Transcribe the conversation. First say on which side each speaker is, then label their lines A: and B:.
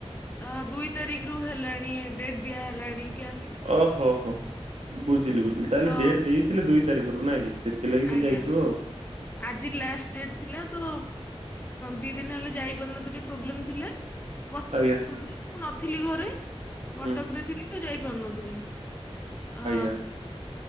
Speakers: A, on the left; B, on the right.
A: ଅ ଦୁଇ ତାରିଖ ରୁ ହେଲାଣି ଡେଟ୍ ଦିଆ ହେଲାଣି କି ଆ
B: ଓ ହୋ ହୋ ବୁଝିଲି ବୁଝିଲି ତାହେଲେ
A: ତ
B: ଡେଟ୍ ଦେଇଥିଲେ ଦୁଇ ତାରିଖରୁ ନାଇଁ କି। ଥିଲାଗି
A: ଆଜ୍ଞା।
B: ସେଏ ଯାଇଥିବ ଆଉ।
A: ଆଜି ଲାଷ୍ଟ ଡେଟ୍ ଥିଲା ତ ଦି ଦିନ ହେଲା ଯାଇପାରୁ ନଥିଲି ପ୍ରୋବ୍ଲେମ୍ ଥିଲା। ବ
B: ଆଜ୍ଞା।
A: ମୁଁ ନଥିଲି ଘରେ କଟକ
B: ହୁଁ ହୁଁ
A: ରେ ଥିଲି ତ ଯାଇପାରୁନଥିଲି। ଅ
B: ଆଜ୍ଞା।